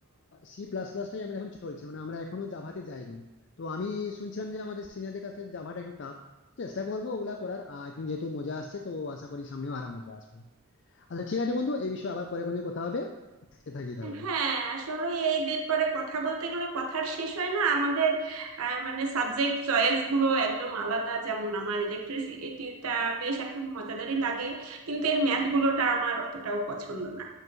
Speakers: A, on the left; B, on the right.
A: সি প্লাস প্লাসটাই আমাদের এখন চলছে মানে আমরা এখনো জাভাতে যাইনি তো আমি শুনছিলাম যে আমাদের সিনিয়রদের কাছ থেকে জাভাটা একটু টাফ চেষ্টা করবো ওগুলা করার আই থিঙ্ক যেহেতু মজা আসছে তো আশা করি সামনেও আরো মজা আসবে আচ্ছা ঠিক আছে বন্ধু এই বিষয়ে আবার পরে কোনো কথা হবে আজকে থাকি তাহলে
B: হ্যাঁ আসলে এই ব্যাপারে কথা বলতে গেলে কথার শেষ হয় না আমাদের আহ, মানে সাবজেক্ট চয়েস গুলো একদম আলাদা যেমন আমার ইলেকট্রিসিটিটা বেশ এখন মজাদারই লাগে কিন্তু এর ম্যাথ গুলোটা আমার অতটাও পছন্দ না